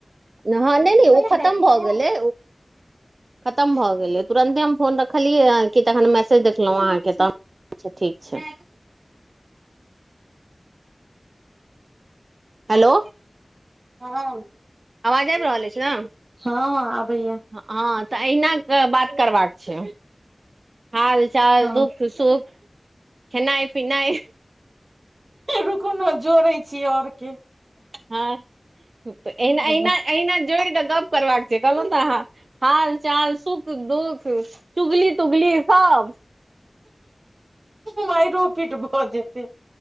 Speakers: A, on the right; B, on the right.
A: नहि नहि ओ
B: कहि
A: खतम
B: डेटी छियै।
A: भए गेले खतम भए गेले तुरंते हम फोन। देखलियै कि तखन मैसेज देखलहुँ अहाँकेँ तऽ ठीक छै। हेलो।
B: हँ।
A: आवाज आबि रहल अछि ने।
B: ह, ह आबैया।
A: ह तऽ अहिना बात करबाक छै हाल चाल
B: हँ
A: दुख सुख खेनाइ पिनाइ।
B: रुकनो जोड़े छियै आओर के
A: हँ ना
B: हँ
A: अहिना जोड़ऽ गप करबाक छै कहलहूँ ने हूँ हाल चाल सुख दुख चुगली तुगली सभ
B: मार रोपीट भऽ जेतै।